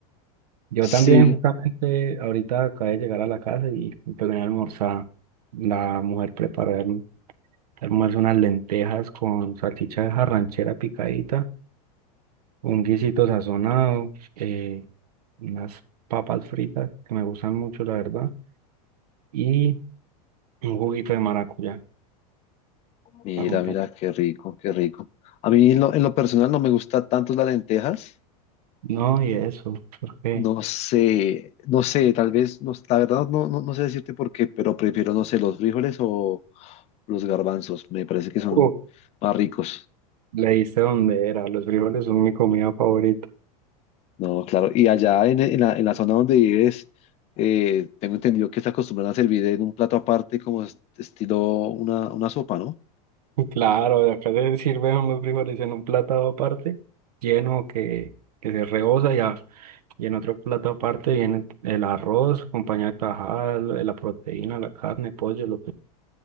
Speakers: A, on the right (about 80°); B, on the left (about 35°).
A: Yo
B: Sí,
A: también, justamente, ahorita acabé de llegar a la casa y me pegué a almorzar. La mujer preparó el almuerzo unas lentejas con salchicha ranchera picadita, un guisito sazonado, eh, unas papas fritas que me gustan mucho, la verdad, y un juguito de maracuyá.
B: mira,
A: para acompañar
B: mira, qué rico, qué rico. A mí en lo, en lo personal no me gusta tanto las lentejas,
A: No, y eso, ¿por qué?
B: No sé, no sé, tal vez, no, la verdad no, no, no sé decirte por qué, pero prefiero, no sé, los frijoles o los garbanzos, me parece que son
A: Uf,
B: más ricos.
A: Le diste dónde era, los frijoles son mi comida favorita. <laughs>
B: No, claro, y allá en, en la, en la zona donde vives, eh, tengo entendido que se acostumbran a servir en un plato aparte como es- estilo una, una sopa, ¿no?
A: Y claro, acá se sirven los frijoles en un plato aparte, lleno que, que se rebosa ya, y en otro plato aparte viene el arroz, acompañado de tajada, la proteína, la carne, pollo, lo que...